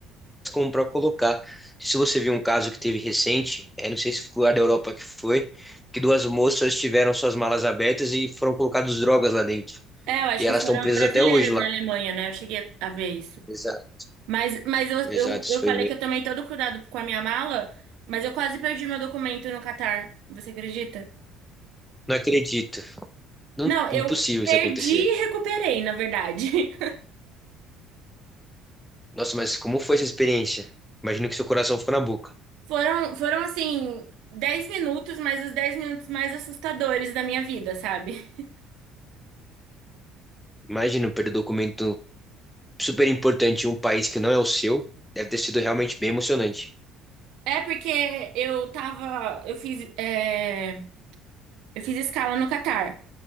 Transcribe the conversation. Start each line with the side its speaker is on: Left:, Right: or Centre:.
Centre: como para colocar. Se você viu um caso que teve recente, é, não sei se foi o lugar da Europa que foi, que duas moças tiveram suas malas abertas e foram colocadas drogas lá dentro.
Right: É, eu acho
Centre: E
Right: que
Centre: elas
Right: foram
Centre: estão presas
Right: brasileiras
Centre: até hoje lá.
Right: na Alemanha, né? Eu cheguei a ver isso.
Centre: Exato,
Right: Mas, mas eu,
Centre: exato,
Right: eu, eu
Centre: isso foi
Right: falei
Centre: mesmo.
Right: que eu tomei todo cuidado com a minha mala, mas eu quase perdi meu documento no Catar. Você acredita?
Centre: Não acredito. Não,
Right: Não, eu
Centre: impossível
Right: perdi
Centre: isso acontecer.
Right: e recuperei, na verdade. <laughs>
Centre: Nossa, mas como foi essa experiência? Imagino que seu coração ficou na boca.
Right: Foram, foram assim, 10 minutos, mas os 10 minutos mais assustadores da minha vida, sabe? <laughs>
Centre: Imagina perder documento super importante em um país que não é o seu, deve ter sido realmente bem emocionante.
Right: É porque eu tava. Eu fiz, é, eu fiz escala no Catar.